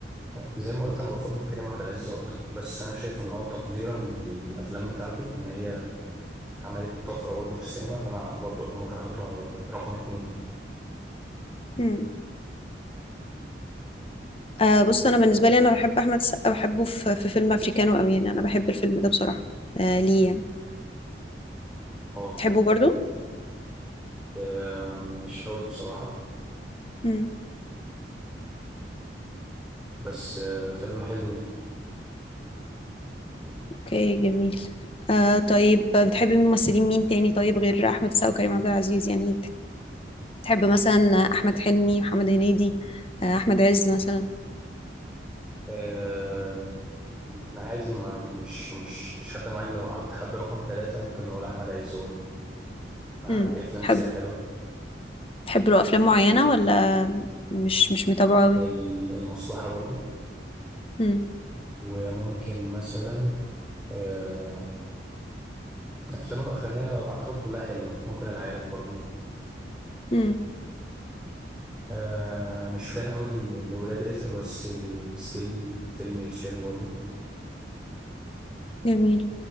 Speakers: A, in the centre; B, on the left.
A: زي ما قلت أنا بفضل كريم عبد العزيز أكتر بس أنا شايف إن هو تقديرا للأفلام بتاعته إن هي عملت طفرة برضه في السينما فأنا برضه ممكن أحطه رقم اتنين
B: مم. آه بص أنا بالنسبة لي أنا بحب أحمد السقا بحبه في, في فيلم أفريكانو أوي يعني أنا بحب الفيلم ده بصراحة آه ليه يعني
A: أه
B: تحبه برضو
A: آم، مش قوي بصراحة
B: مم.
A: بس آه، فيلم حلو يعني
B: أوكي جميل آه طيب بتحبي ممثلين مين تاني طيب غير أحمد السقا وكريم عبد العزيز يعني تحب مثلا احمد حلمي محمد هنيدي آه، احمد عز مثلا
A: آه، عادي ما مش مش مفيش حد معين لو هحط حد رقم ثلاثة ممكن نقول أحمد عز برضه آه،
B: امم
A: ليه أفلام
B: تحب
A: كتيرة حلوة
B: تحب له افلام معينه ولا مش مش متابعه قوي
A: ال- المصلحة برضو
B: امم
A: وممكن مثلا آه، أفلامه الأخرانية أعتقد كلها حلوة ممكن العارف برضو
B: امم
A: آه، مش فان أوي ل- لولاد رزق بس ستيل فيلم يتشاف برضو
B: جميل